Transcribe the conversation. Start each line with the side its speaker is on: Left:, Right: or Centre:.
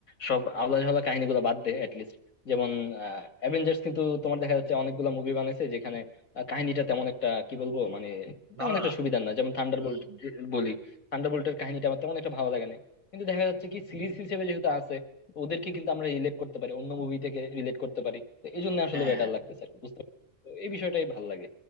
Left: সব আলাদা ঝালা কাহিনীগুলো বাদ দেয় লিস্ট যেমন অ্যাভেঞ্জার্স কিন্তু তোমার দেখা যাচ্ছে অনেকগুলো মুভি বানাইছে যেখানে আহ, কাহিনীটা তেমন একটা কি বলবো মানে তেমন
Right: ভালো
Left: একটা
Right: না
Left: সুবিধার না যেমন থান্ডারবোল্ট
Right: হুম হুম
Left: বলি থান্ডারবোল্টের কাহিনীটা আমার তেমন একটা ভালো লাগে না কিন্তু দেখা যাচ্ছে কি সিরিজ হিসেবে যেহেতু আছে ওদেরকে কিন্তু আমরা রিলেট করতে পারি অন্য মুভি থেকে রিলেট করতে পারি তো এই জন্য আসলে
Right: হ্যাঁ
Left: বেটার
Right: হ্যাঁ
Left: লাগতেছে আর কি বুঝতে পারছো তো এই বিষয়টাই ভালো লাগে